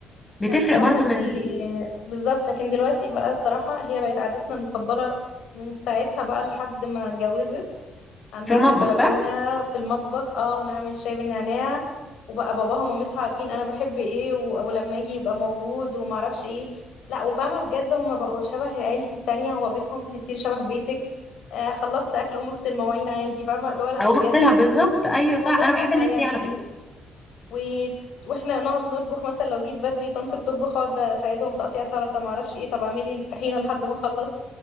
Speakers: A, on the left; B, on the left.
A: بتفرق
B: لا الصراحة
A: برضو
B: دي
A: من
B: بالظبط لكن دلوقتي بقى الصراحة هي بقت عادتنا المفضلة من ساعتها بقى لحد ما اتجوزت عندها
A: في المطبخ
B: في البلكونة
A: صح
B: في المطبخ اه ونعمل شاي بالنعناع وبقى باباها ومامتها عارفين انا بحب ايه و... او لما اجي يبقى موجود ومعرفش ايه لا وفاهمة بجد هما بقوا شبه عيلتي التانية هو بيتهم تحسيه شبه بيتك آه خلصت اكل قوم اغسل مواعين عادي فاهمة اللي هو لا
A: اقوم
B: بجد
A: اغسلها بالظبط ايوه
B: والله
A: صح انا بحب
B: لا
A: الناس
B: يعني
A: دي على فكره
B: و... واحنا نقعد نطبخ مثلا لو جيت بدري طنط بتطبخ اقعد اساعدهم تقطيع سلطة معرفش ايه طب اعملي الطحينة لحد ما اخلص